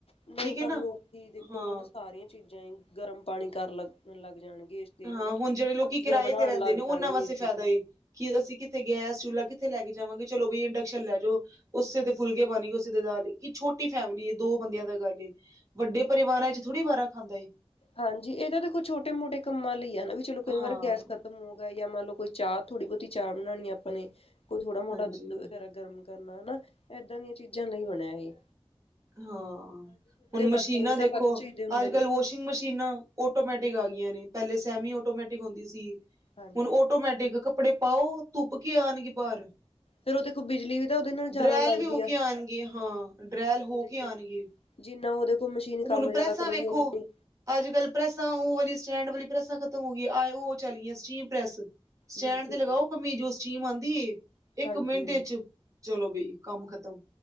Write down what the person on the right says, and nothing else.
ਠੀਕ ਹੈ
ਨਾ
ਹਾਂ
ਹਾਂ,
ਹੁਣ ਜੇੜੇ ਲੋਕ
ਕਿਰਾਏ
ਤੇ ਰੈਂਦੇ
ਨੇ ਓਨਾਂ
ਵਾਸਤੇ
ਫਾਇਦਾ
ਏ। ਕੀ ਅਸੀਂ ਕਿੱਤੇ ਗੈਸ ਚੁਲਾ ਕਿੱਤੇ ਲੈ ਕੇ ਜਾਵਾਂਗੇ ਚਲੋ ਬੀ ਇੰਡਕਸ਼ਨ ਲੈ ਜਾਓ। ਓਸੇ ਦੇ ਫੁਲਕੇ ਬਣਗੇ ਓਸੇ ਦੇ ਦਾਲ ਇੱਕ ਛੋਟੀ ਫੈਮਿਲੀ ਐ ਦੋ ਬੰਦਿਆਂ ਦਾ ਗੱਲ ਏ। ਵੱਡੇ ਪਰੀਵਾਰਾਂ ਚ ਥੋੜੀ ਵਾਰ ਖਾਂਦਾ ਏ।
ਹਾਂ
ਹਾਂਜੀ
ਹਾਂ ਹੁਣ ਮਸ਼ੀਨਾਂ
ਦੇਖੋ
ਅੱਜ
ਕੱਲ ਵੋ ਛਨ ਮਸ਼ੀਨਾਂ ਆਟੋਮੈਟਿਕ ਆ ਗਈਆਂ ਨੇ ਪੈਲੇ ਸੈਮੀ ਆਟੋਮੈਟਿਕ ਹੁੰਦੀ ਸੀ,
ਹੁਣ ਆਟੋਮੈਟਿਕ ਕੱਪੜੇ ਪਾਓ ਧੁੱਪ ਕੇ ਆਣਗੇ ਬਾਰ।
ਡਰੈਲ
ਵੀ ਹੋ
ਕੇ ਆਣਗੇ ਹਾਂ ਡਰੈਲ
ਹੋ
ਕੇ ਆਣਗੇ
ਹੁਣ
ਪ੍ਰੈਸਾਂ
ਵੇਖੋ
ਅੱਜ ਕੱਲ ਪ੍ਰੈਸਾਂ ਓ ਵਾਲੀ ਸਟੈਂਡ ਵਾਲੀ ਪ੍ਰੈਸਾ ਖਤਮ ਹੋ ਗਈਆਂ ਆ ਓ ਚੱਲ ਗਈਆਂ ਸਟੀਮ ਪ੍ਰੈਸ। ਸਟੈਂਡ
ਤੇ ਲਗਾਓ
ਕਮੀ ਜੋ ਸਟੀਮ ਆਦੀ ਏ
ਇੱਕ ਮਿੰਟ
ਚ ਚਲੋ ਬੀ ਕੰਮ ਖਤਮ।